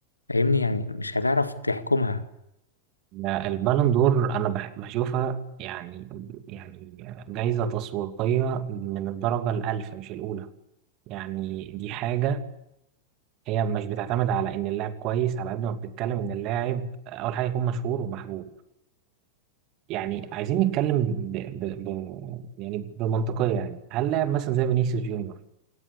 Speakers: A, on the left; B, on the right.
A: فاهمني يعني مش هتعرف تحكمها
B: البالون دور انا بح- بشوفها يعني يعني جايزة تسويقية من الدرجة الألف مش الأولى يعني دي حاجة هي مش بتعتمد على إن اللاعب كويس على قد ما بتتكلم إن اللاعب أول حاجة يكون مشهور ومحبوب يعني عايزين نتكلم ب... ب... ب... يعني بمنطقية يعني هل لاعب مثلا زي فينيسيوس جونيور